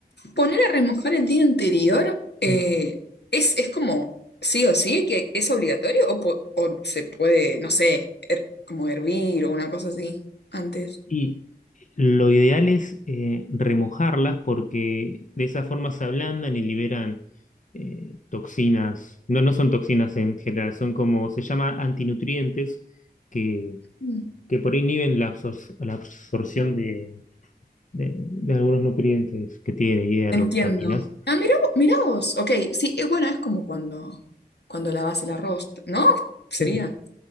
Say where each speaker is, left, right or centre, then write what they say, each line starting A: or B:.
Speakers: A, on the left (about 80°); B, on the left (about 50°).
A: poner a remojar el día anterior eh,
B: Mm.
A: es, es como sí o sí, que es obligatorio o, po- o se puede, no sé, her- como hervir o una cosa así antes.
B: y lo ideal es eh, remojarlas porque de esa forma se ablandan y liberan eh, toxinas, no, no son toxinas en general, son como se llama antinutrientes que,
A: Mm.
B: que por ahí inhiben la, absor- la absorción de, de- de algunos nutrientes que tiene, hierro,
A: Entiendo.
B: vitaminas.
A: Ah, mirá, vo- mirá vos. Ok, sí, eh, bueno, es como cuando, cuando lavas el arroz, ¿no? Sería.
B: Mm.